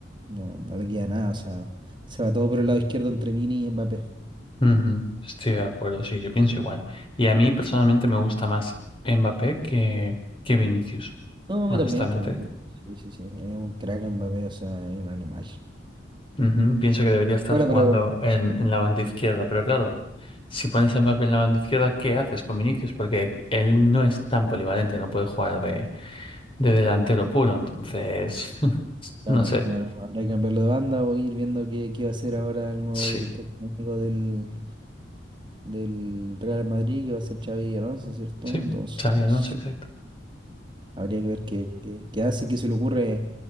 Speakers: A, on the right; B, on the left.
A: no, no le queda nada, o sea, se va todo por el lado izquierdo entre Vini y Mbappé.
B: Ujú, Estoy de acuerdo, sí, yo pienso igual. Y a mí personalmente me gusta más Mbappé que, que Vinicius,
A: No,
B: honestamente.
A: a mí también, totalmente. Sí, sí, sí. Es un crack en Mbappé, o sea, es un animal.
B: Ujú, Pienso que debería estar
A: Bueno,
B: jugando
A: pero,
B: en, en la banda izquierda, pero claro, si pones a Mbappé en la banda izquierda, ¿qué haces con Vinicius? Porque aquí- él no es tan polivalente, no puede jugar de, de delantero puro, entonces, <laughs>
A: claro,
B: no sé.
A: bueno, habrá que cambiarlo de banda o ir viendo qué, qué va a ser ahora el nuevo
B: Sí,
A: director técnico del, del Real Madrid, que va a ser Xavi Alonso, ¿cierto?
B: sí,
A: Entonces,
B: Xavi Alonso, exacto.
A: habría que ver qué, qué, qué hace, y qué se le ocurre,